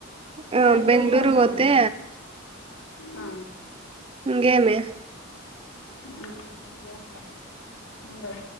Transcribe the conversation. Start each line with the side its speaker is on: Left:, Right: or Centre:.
Right: ఆ
Left: ఎంత
Right: బెంగళూర్
Left: వస్తే అంత
Right: పోతే
Left: రాని. ఆ,
Right: ఇంకేమి
Left: ఇంకేం లే. ఉండు.